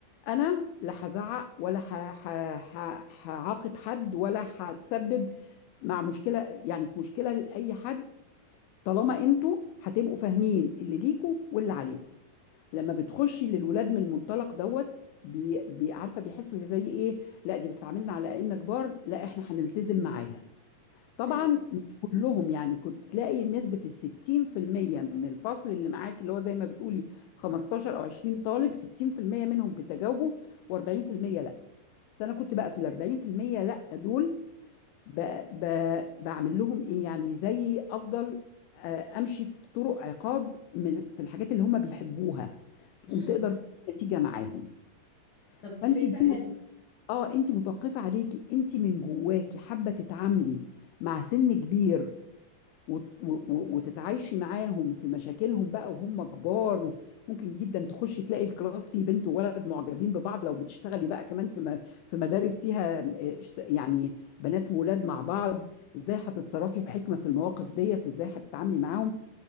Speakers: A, on the left; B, on the left.
A: انا لا هزعق ولا ح- ح- ح- هعاقب حد ولا هتسبب مع مشكله يعني في مشكله لاي حد طالما انتوا هتبقوا فاهمين اللي ليكوا واللي عليكوا لما بتخشي للولاد من المنطلق دوت بي بي- عارفه بيحسوا زي ايه لا دي بتعاملنا على ان كبار لا احنا هنلتزم معاها طبعا
B: <laughs> ايوه
A: مش كلهم يعني كنت تلاقي نسبة الستين في المية من الفصل اللي معاك اللي هو زي ما بتقولي 15 أو 20 طالب 60% منهم بيتجاوبوا و40% لأ بس أنا كنت بقى في الأربعين في المية لأ دول ب... ب... بعمل لهم إيه يعني زي أفضل آه، أمشي في طرق عقاب من في الحاجات اللي هم بيحبوها تقوم
B: امم
A: تقدر تجيب نتيجة معاهم
B: طب دي
A: فأنت
B: فكرة
A: دي
B: حلوة
A: اه انت متوقفة عليكي انت من جواكي حابة تتعاملي مع سن كبير وت- و- و- وتتعايشي معاهم في مشاكلهم بقى وهم كبار ممكن جدا تخشي تلاقي الكلاس فيه بنت وولد معجبين ببعض لو بتشتغلي بقى كمان في م- في مدارس فيها آه، اشت- يعني بنات وولاد مع بعض ازاي هتتصرفي بحكمة في المواقف ديت وازاي هتتعاملي معاهم